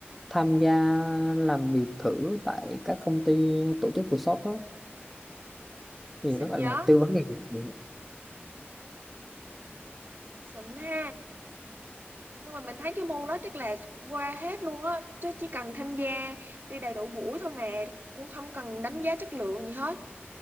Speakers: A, in the centre; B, on the right.
A: tham gia làm việc thử tại các công ty tổ chức workshop đó thì
B: xịn
A: nó gọi
B: nhớ
A: là tư vấn nghề nghiệp
B: xịn ha nhưng mà mình thấy cái môn đó chắc là qua hết luôn á chứ chỉ cần tham gia đi đầy đủ buổi thôi mà cũng không cần đánh giá chất lượng gì hết